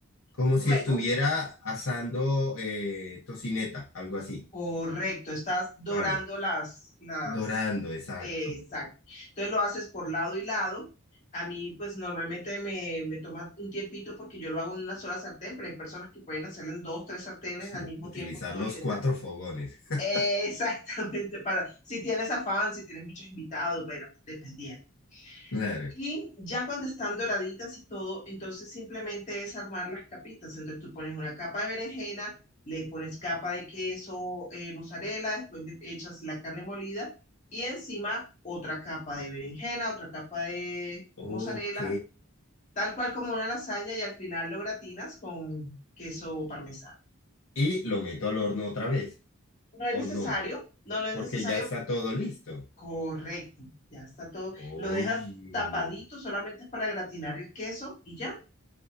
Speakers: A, on the left (about 65°); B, on the left (about 35°).
A: Como
B: Luego,
A: si estuviera asando eh, tocineta, algo así.
B: Correcto, estás dorando
A: Vale.
B: las, las,
A: Dorando, exacto.
B: eh, exacto. Entonces lo haces por lado y lado. A mí, pues normalmente me, me toma un tiempito porque yo lo hago en una sola sartén, pero hay personas que pueden hacerlo en dos, tres sartenes
A: Sí,
B: al mismo
A: utilizar
B: tiempo todas
A: los
B: y les
A: cuatro
B: dan. <laughs>
A: fogones. <laughs>
B: Eh, exactamente, para si tienes afán, si tienes muchos invitados, pero dependiendo.
A: Claro.
B: Y ya cuando están doraditas y todo, entonces simplemente es armar las capitas. Entonces tú pones una capa de berenjena, le pones capa de queso, eh, mozzarella, después le echas la carne molida y encima otra capa de berenjena, otra capa de
A: Ok.
B: mozzarella, tal cual como una lasaña y al final lo gratinas con queso parmesano.
A: Y lo meto al horno otra vez,
B: No es
A: ¿o
B: necesario,
A: no?
B: no, no es
A: Porque
B: necesario,
A: ya está todo listo.
B: correcto, ya está todo.
A: Oye.
B: Lo dejas tapadito, solamente es para gratinar el queso y ya.